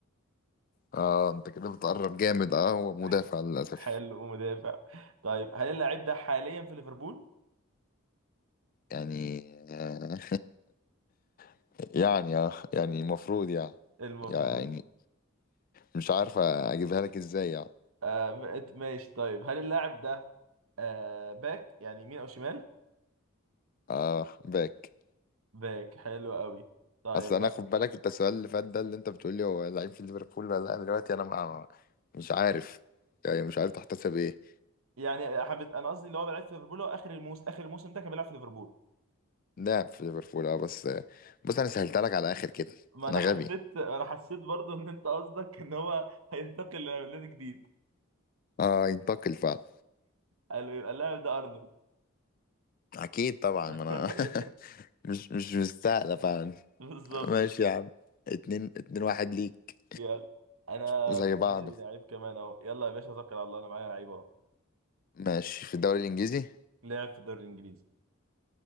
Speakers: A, on the left (about 45°); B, on the right (about 85°).
A: اه انت كده بتقرب جامد اه هو مدافع
B: ح-
A: للاسف
B: حلو مدافع طيب هل اللاعب ده حاليا في ليفربول؟
A: يعني آه <laughs> يعني اه يعني المفروض يعني
B: المفروض
A: يعني مش عارف اجيبها لك ازاي يعني
B: آه م- ماشي طيب هل اللاعب ده آه باك يعني يمين او شمال؟
A: اه باك
B: باك حلو قوي طيب
A: اصل انا
B: ه-
A: خد بالك انت السؤال اللي فات ده اللي انت بتقول لي هو لعيب في ليفربول ولا لا دلوقتي انا ما مش عارف يعني مش عارف تحتسب ايه
B: يعني حبيت انا قصدي اللي هو بيلعب في ليفربول هو اخر الموسم اخر الموسم ده كان بيلعب في ليفربول
A: لاعب في ليفربول اه بس بص انا سهلتها لك على الاخر كده
B: ما
A: انا
B: انا حسيت
A: غبي
B: انا حسيت برضو ان انت قصدك ان هو هينتقل لنادي جديد
A: اه ينتقل فعلا
B: قالوا يبقى اللاعب ده ارنولد
A: اكيد طبعا
B: <laughs>
A: ما انا
B: أيوه،
A: <laughs> مش مش مستاهله فعلا
B: بالظبط
A: ماشي يا عم اتنين اتنين واحد ليك
B: يلا انا
A: زي
B: في دماغي
A: بعض
B: لعيب كمان اهو يلا يا باشا توكل على الله انا معايا لعيب اهو
A: ماشي في الدوري الانجليزي
B: لعب في الدوري الانجليزي